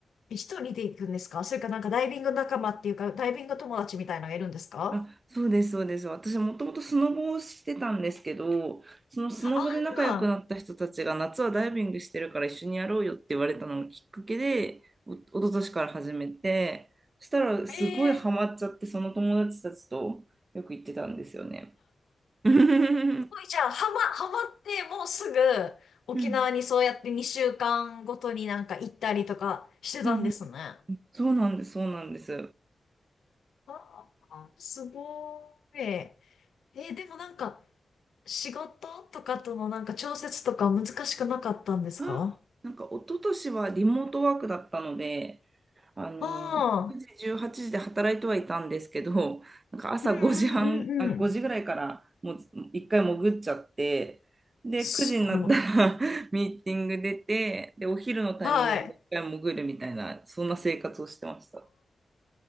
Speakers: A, on the left (about 85°); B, on the right (about 40°).
A: 一人で行くんですかそれかなんかダイビング仲間っていうか、ダイビング友達みたいなのがいるんですか
B: あ、そうです、そうです。私もともとスノボをしてたんですけど、そのスノボで仲良くなった人たちが夏はダイビングしてるから一緒にやろうよって言われたのがきっかけで、
A: ああ
B: お、一昨年から始めて、そしたらすごいハマっちゃって、
A: ー、えー、す
B: その友達たちとよく行ってたんですよね。うん
A: ごいじゃあ、ハマハマってもうすぐ沖縄にそうやって2週間ごとになんか行ったりとかしてたんですね。
B: うんうんそうなんです、そうなんです。
A: ああ、すごい。えーでもなんか、仕事とかとのなんか調節とか難しくなかったんですか
B: あ、なんか一昨年はリモートワークだったので、あの、
A: ああ
B: 9時、18時で働いてはいたんですけど、<laughs> なんか朝5時半、
A: ー、うんうんうんうん。
B: あ、5時ぐらいからもう一回潜っちゃって、で、
A: すごい。
B: 9時になったら <laughs> ミーティング出て、で、お昼のタイミングでもう一回潜るみたいな、
A: はい。
B: そんな生活をしてました。